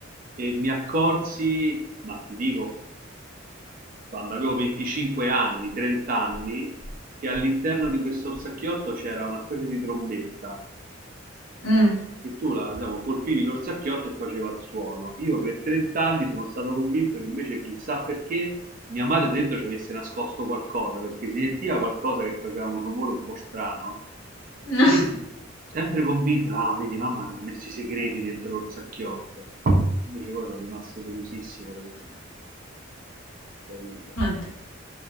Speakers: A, on the right; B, on the left.
A: e mi accorsi, ma ti dico, quando avevo 25 anni, 30 anni, che all'interno di questo orsacchiotto c'era una specie di trombetta
B: Mhm.
A: eh, che tu la, diciamo, colpivi l'orsacchiotto e faceva il suono. Io per 30 anni sono stato convinto che invece chissà perché mia madre dentro ci avesse nascosto qualcosa, perché si sentiva qualcosa che faceva un rumore un po' strano.
B: Mm.
A: Io mi sono sempre convinto, ah, vedi, mamma ci ha messo i segreti dentro l'orsacchiotto. Invece poi sono rimasto delusissimo da questo tradito.
B: Oddio.